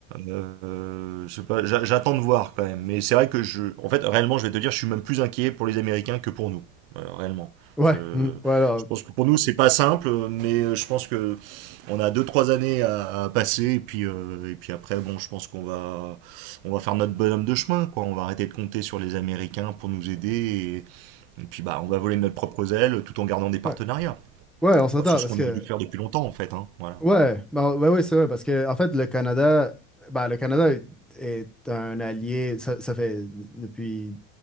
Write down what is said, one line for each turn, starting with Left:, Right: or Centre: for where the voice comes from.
Right: Euh, je sais pas, j'a- j'attends de voir quand même. Mais c'est vrai que je, en fait, réellement, je vais te dire, je suis même plus inquiet pour les Américains que pour nous, Euh, réellement.
Centre: Ouais.
Right: Je,
Centre: <laughs> mm, Ouais, non,
Right: je pense que pour nous, c'est pas simple, mais euh, je pense que on a deux trois années à, à passer et puis euh, et puis après, bon, je pense qu'on va on va faire notre bonhomme de chemin, quoi. On va arrêter de compter sur les Américains pour nous aider et, et puis bah, on va voler de notre propre aile tout en gardant des partenariats.
Centre: ouais. Ouais, on s'entend
Right: Voilà, C'est ce
Centre: parce
Right: qu'on
Centre: que
Right: aurait dû faire depuis longtemps, en fait, hein. Voilà.
Centre: ouais, bah ouais, oui, c'est vrai parce que en fait le Canada bah le Canada est un allié ça, ça fait depuis